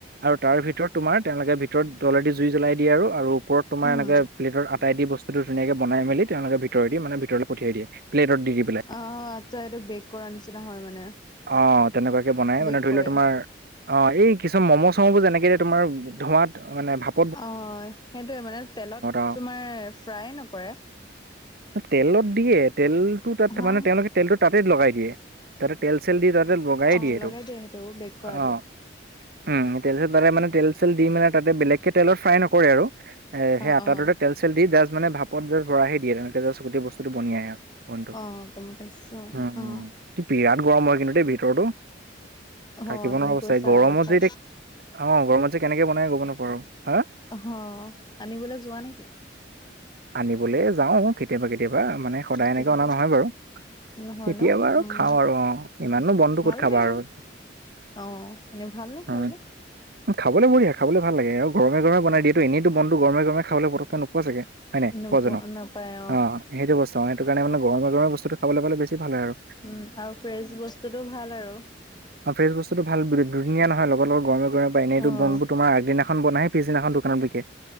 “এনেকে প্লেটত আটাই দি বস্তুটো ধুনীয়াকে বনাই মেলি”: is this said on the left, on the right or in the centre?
Right